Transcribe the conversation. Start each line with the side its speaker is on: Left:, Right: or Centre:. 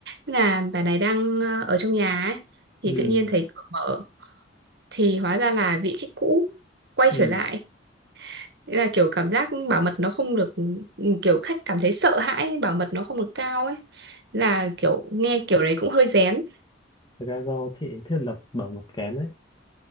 Right: Thế là bà này đang ờ, ở trong nhà ấy
Left: ừ
Right: thì tự nhiên thấy cửa mở thì hóa ra là vị khách cũ quay
Left: ừ
Right: trở lại Nghĩa là kiểu cảm giác bảo mật nó không được ừ, kiểu khách cảm thấy sợ hãi ấy, bảo mật nó không được cao ấy là kiểu nghe kiểu đấy cũng hơi rén
Left: thực ra do chị thiết lập bảo mật kén đấy